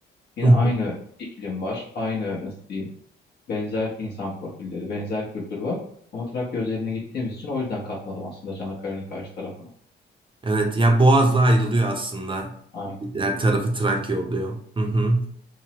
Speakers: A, on the left (about 55°); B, on the right (about 25°).
A: Yine
B: hı hı.
A: aynı iklim var. Aynı nasıl diyeyim benzer insan profilleri, benzer kültür var. Ama Trakya özeline gittiğimiz için o yüzden katmadım aslında Çanakkale'nin karşı tarafına.
B: Evet ya Boğaz'la ayrılıyor aslında.
A: Aynen.
B: Her tarafı Trakya oluyor. Hı hı.